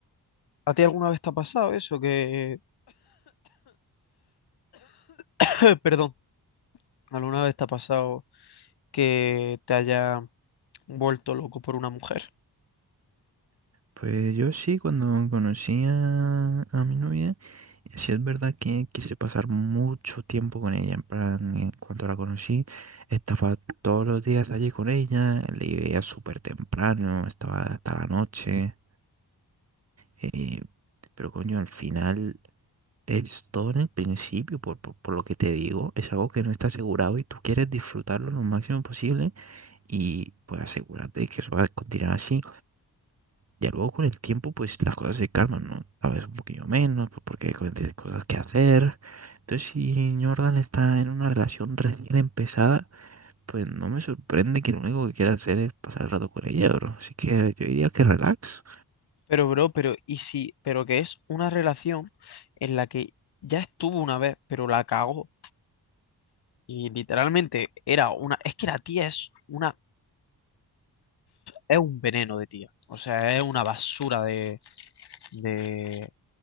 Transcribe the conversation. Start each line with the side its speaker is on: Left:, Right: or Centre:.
Left: ¿A ti alguna vez te ha pasado eso? Que, <clears throat> perdón, ¿alguna vez te ha pasado que te haya vuelto loco por una mujer?
Right: Pues yo sí, cuando conocí a, a mi novia. Sí es verdad que quise pasar mucho tiempo con ella, en plan, en cuanto la conocí, estaba todos los días allí con ella, le veía súper temprano, estaba hasta la noche, eh, pero coño, al final es todo en el principio, por, por, por lo que te digo, es algo que no está asegurado y tú quieres disfrutarlo lo máximo posible y pues asegúrate que eso va a continuar así. Ya luego con el tiempo, pues las cosas se calman, ¿no? A veces un poquillo menos, pues porque hay co- tienes cosas que hacer. Entonces, si Jordan está en una relación recién empezada, pues no me sorprende que lo único que quiera hacer es pasar el rato con ella, bro. Así que yo diría que relax.
Left: Pero, bro, pero, ¿y si, pero que es una relación en la que ya estuvo una vez, pero la cagó? Y literalmente era una, es que la tía es una, es un veneno de tía. O sea, es una basura de, de,